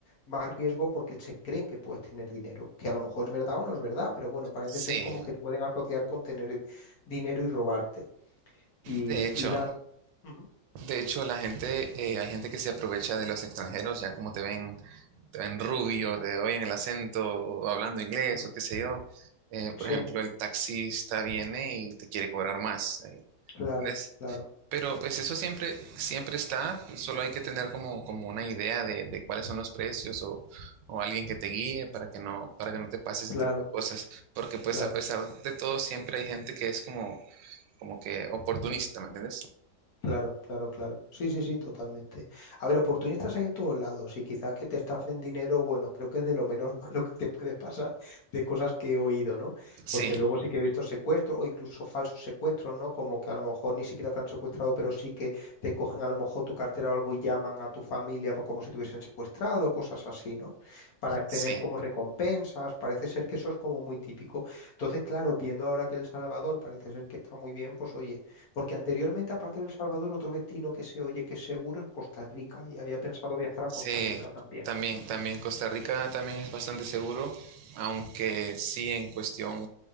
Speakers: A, on the left; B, on the right.
A: más riesgo porque se creen que puedes tener dinero, que a lo mejor es verdad o no es verdad, pero bueno, parece
B: sí.
A: ser como que te pueden asociar con tener el dinero y robarte. Y,
B: De hecho,
A: y dan. Ujú,
B: de hecho la gente, eh, hay gente que se aprovecha de los extranjeros, ya como te ven, te ven rubio, te oyen el acento, o hablando inglés,
A: ujú.
B: o qué sé yo. Eh, por
A: Sí,
B: bien. ejemplo, el taxista viene y te quiere cobrar más. eh,
A: claro,
B: ¿entendés?
A: claro,
B: Pero pues eso siempre, siempre está, pues, solo hay que tener como, como una idea de, de cuáles son los precios o, o alguien que te guíe para que no, para que no te pase ese
A: claro,
B: tipo de cosas. Porque pues
A: claro.
B: a pesar de todo siempre hay gente que es como, como que oportunista, ¿me entiendes?
A: Claro, claro, claro. Sí, sí, sí, totalmente. A ver, oportunistas hay en todos lados y quizás que te estafen dinero, bueno, creo que es de lo menos <laughs> malo que te puede pasar de cosas que he oído, ¿no?
B: Sí,
A: Porque luego sí que he visto secuestros o incluso falsos secuestros, ¿no? Como que a lo mejor ni siquiera te han secuestrado, pero sí que te cogen a lo mejor tu cartera o algo y llaman a tu familia po- como si te hubiesen secuestrado, cosas así, ¿no? Para tener
B: sí.
A: como recompensas, parece ser que eso es como muy típico. Entonces, claro, viendo ahora que El Salvador parece ser que está muy bien, pues oye. Porque anteriormente, aparte de El Salvador, otro destino que se oye que es seguro es Costa Rica y había pensado viajar
B: Sí,
A: a Costa Rica también.
B: también,
A: Ajá.
B: también Costa Rica también es bastante seguro, aunque sí en cuestión,